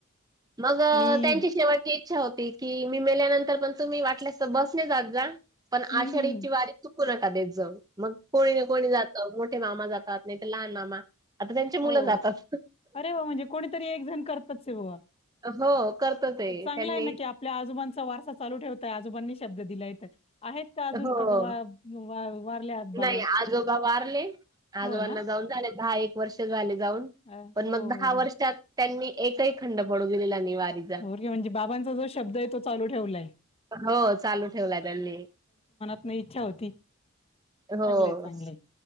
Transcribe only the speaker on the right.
मग अ
त्यांची शेवट इच्छा होती की, मी मेल्यानंतर पण तुम्ही वाटल्यास तर बसने जात जा. पण
आषाढीची
वारी चुकू नका देत जाऊ. मग कोणी ना कोणी जात मोठे मामा जातात, नाही तर लहान मामा, आता त्यांचे मुलं
जातात.
हो, करतं ते.
त्यांनी
हो.
नाही आजोबा वारले आजोबांना
जाऊन झाले दहा एक वर्ष झाले जाऊन.
पण
मग दहा
वर्षात
त्यांनी एकही खंड पडू दिलेला नाही वारी
हो! चालू ठेवलाय त्यांनी.
हो.